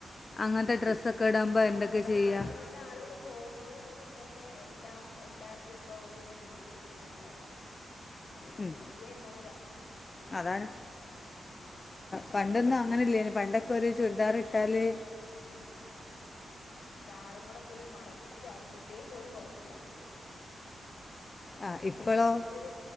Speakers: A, on the left; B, on the left.
A: അങ്ങനത്തെ ഡ്രസ്സൊക്കെ
B: പിന്നെ
A: ഇടുമ്പോൾ എന്തൊക്കെ
B: നമ്മുടെ
A: ചെയ്യുക
B: നാട്ടിൽന്ന് ആളുകൾ പോകുന്നോടുകൂടി തന്നെ എല്ലാം എല്ലാർക്കും ഇപ്പൊ ഒരു ലിമിന്റ്ത മോഡായി പണ്ടത്തെ
A: ഉം
B: രീതിയേ അല്ലന്നേരം
A: അതാണ്
B: ആ
A: പണ്ടൊന്നും അങ്ങനെല്ല പണ്ടൊക്കെ കൊറി ചൂർദാ ട്ടാല്
B: ആ ഷാളും കൂടെ കൂടി മറപ്പി ഡിസൈൻ പോലും പൊറത്തില്ല
A: ആ ഇപ്പോഴോ
B: നല്ലൊരു